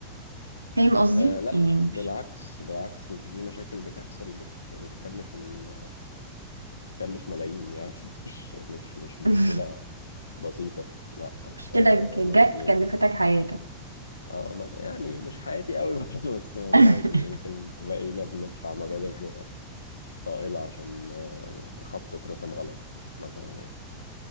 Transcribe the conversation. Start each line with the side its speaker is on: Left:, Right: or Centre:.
Right: فاهم قصدي
Left: آه لا
Right: يعني
Left: بالعكس
Right: مش-
Left: بالعكس انت في مشاكل بتحصل بت بتكلف ال... بتكلف ملايين يعني <laughs> مش مش مش مشكلة
Right: <laughs>
Left: بسيطة لا
Right: مشكلة
Left: آه
Right: جت
Left: ممكن يبقى
Right: كلفتك حياتك
Left: اه مثلا يعني مش حياتي قوي <laughs> برضه بس يعني
Right: <laughs>
Left: عادي ممكن تلاقينا بندفع مبالغ طائلة عشان آه، خط اترسم غلط مثلا يعني